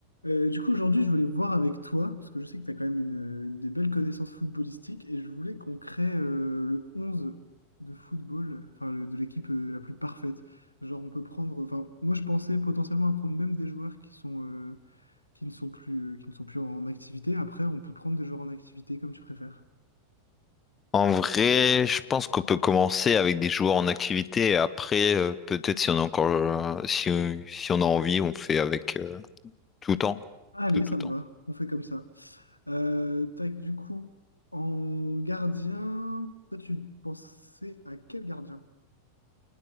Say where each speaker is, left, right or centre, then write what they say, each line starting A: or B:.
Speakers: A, on the left; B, on the left.
A: Euh, du coup, aujourd'hui, je voulais voir avec toi, parce que je sais que tu as quand même une, une des belles connaissances footballistiques, et je voulais qu'on crée euh, le 11 de football, enfin le- de l'équipe euh, la plus parfaite. Genre, on peut prendre, enfin, moi je pensais potentiellement à prendre même des joueurs qui sont, euh, qui ne sont plus, euh, qui ne sont plus en activité. Après, on peut prendre des joueurs en activité comme tu préfères.
B: En vrai, je pense qu'on peut commencer avec des joueurs en activité et après, euh, peut-être si on a encore, euh, si, si on a envie, on fait avec euh, tout temps,
A: Allez,
B: de tout
A: ça
B: temps.
A: me va, on fait comme ça. Euh, tac, du coup, en gardien, toi, tu pensais à quel gardien?